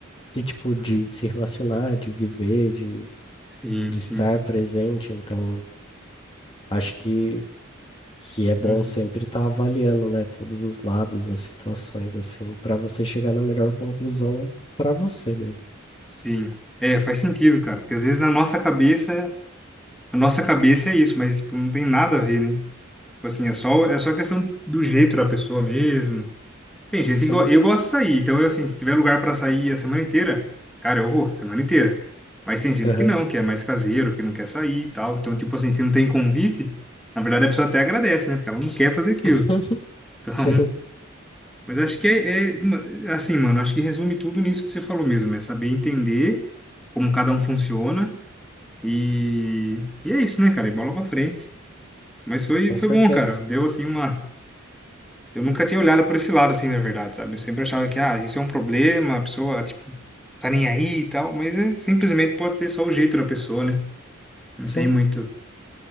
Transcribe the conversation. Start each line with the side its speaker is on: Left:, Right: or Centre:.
Left: de tipo, de se relacionar, de viver, de,
Centre: Sim,
Left: de
Centre: sim.
Left: estar presente. Então, acho que, que é bom
Centre: Uhum.
Left: sempre estar avaliando, né, todos os lados, as situações, assim, para você chegar na melhor conclusão para você daí.
Centre: Sim. É, faz sentido, cara. Porque às vezes na nossa cabeça. A nossa cabeça é isso, mas tipo, não tem nada a ver, né? Tipo assim, é só, é só questão do jeito da pessoa mesmo. Tem gente
Left: Sim,
Centre: que go- eu gosto de sair, então eu assim, se tiver lugar pra sair a semana inteira, cara, eu vou, a semana inteira. Mas tem gente
Left: aham.
Centre: que não, que é mais caseiro, que não quer sair e tal. Então, tipo assim, se não tem convite, na verdade a pessoa até agradece, né? Porque ela não quer fazer aquilo.
Left: <laughs>
Centre: Então, <laughs>
Left: Sim,
Centre: mas acho que é, é ma- assim, mano, acho que resume tudo nisso que você falou mesmo, é saber entender como cada um funciona e, e é isso, né, cara? E bola pra frente. Mas foi,
Left: com
Centre: foi
Left: certeza.
Centre: bom, cara. Deu assim uma. Eu nunca tinha olhado por esse lado, assim, na verdade, sabe? Eu sempre achava que, ah, isso é um problema, a pessoa, tipo, tá nem aí e tal, mas é, simplesmente pode ser só o jeito da pessoa, né? Não
Left: Sim,
Centre: tem muito.